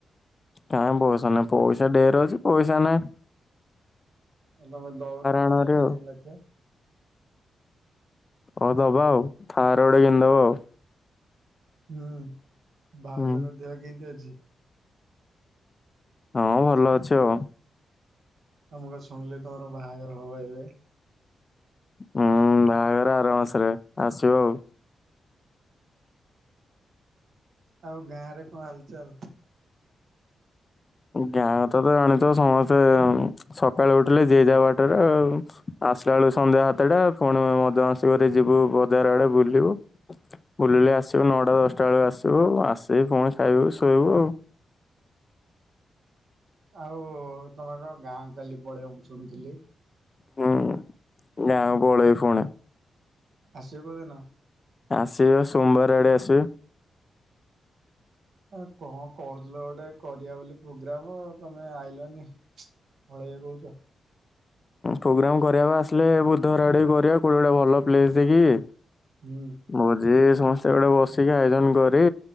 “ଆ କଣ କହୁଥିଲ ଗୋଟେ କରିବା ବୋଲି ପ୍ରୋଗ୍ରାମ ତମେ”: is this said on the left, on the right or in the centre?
Right